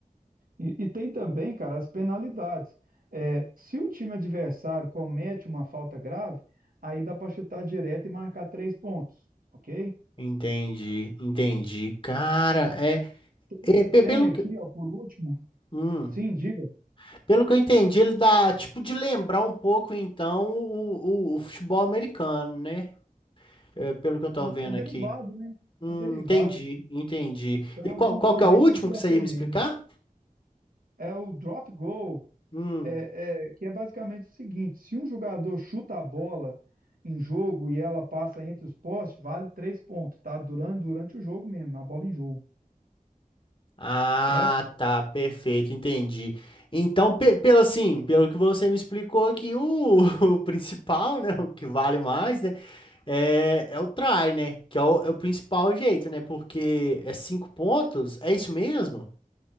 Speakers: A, on the right; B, on the left.
A: E, e tem também, cara, as penalidades. É, se o time adversário comete uma falta grave, aí dá para chutar direto e marcar três pontos, ok?
B: Entendi, entendi. Cara, é,
A: Tem,
B: é pe-
A: tem
B: pelo
A: aqui,
B: que,
A: ó, por último,
B: hum,
A: sim, diga,
B: pelo que eu entendi, ele dá tipo de lembrar um pouco então o, o, o futebol americano, né? É, pelo que eu tô vendo
A: é derivado,
B: aqui.
A: né?
B: Hum,
A: É derivado.
B: entendi, entendi.
A: Tem
B: E
A: alguma
B: qual, qual
A: coisa
B: que é o último
A: aí que se
B: que
A: assemelha.
B: você ia me explicar?
A: É o drop goal,
B: Hum.
A: é, é, que é basicamente o seguinte: se um jogador chuta a bola em jogo e ela passa entre os postes, vale três pontos, tá? Durante, durante o jogo mesmo, a bola em jogo,
B: Ah,
A: certo?
B: tá, perfeito, entendi. Então, pe- pelo assim, pelo que você me explicou aqui, o, <laughs> o principal, né, o que vale mais, né, é, é o try, né, que é o, é o principal jeito, né, porque é cinco pontos, é isso mesmo?